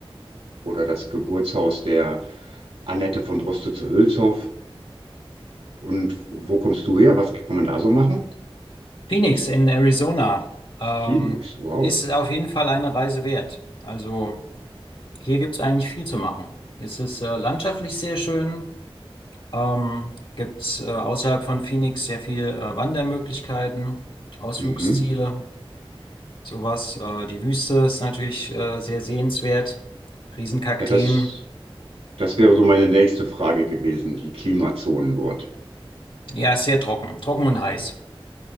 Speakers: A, on the right; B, on the left.
A: oder das Geburtshaus der Annette von Droste zu Hülshoff. Und wo kommst du her? Was kann man da so machen?
B: Phoenix in Arizona, ähm,
A: Phoenix, wow.
B: ist auf jeden Fall eine Reise wert. Also hier gibt es eigentlich viel zu machen. Es ist äh, landschaftlich sehr schön, ähm, gibt es äh, außerhalb von Phoenix sehr viel äh, Wandermöglichkeiten, Ausflugsziele.
A: Mhm.
B: sowas. Äh, die Wüste ist natürlich äh, sehr sehenswert. Riesenkakteen.
A: Ja, das, das wäre so meine nächste Frage gewesen, die Klimazonen dort.
B: Ja, ist sehr trocken. Trocken und heiß.